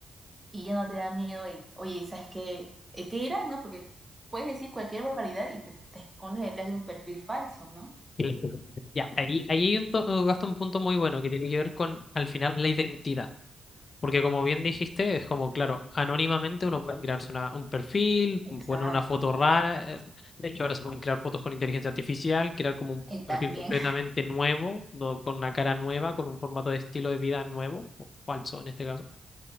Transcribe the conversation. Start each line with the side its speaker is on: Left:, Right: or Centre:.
Right: y ya no te da miedo de, oye, ¿sabes qué? Eh, ¿Qué dirán, no? Porque puedes decir cualquier barbaridad y te, te escondes detrás de un perfil falso, ¿no?
Left: Y- Ya, ahí, ahí hay un to- gasto un punto muy bueno que tiene que ver con, al final, la identidad. Porque como bien dijiste, es como, claro, anónimamente uno puede crearse una- un perfil,
Right: Exacto.
Left: poner una foto rara. eh, De hecho, ahora se pueden crear fotos con inteligencia artificial, crear como un
Right: Y también.
Left: perfil completamente nuevo, do- con una cara nueva, con un formato de estilo de vida nuevo, o falso en este caso.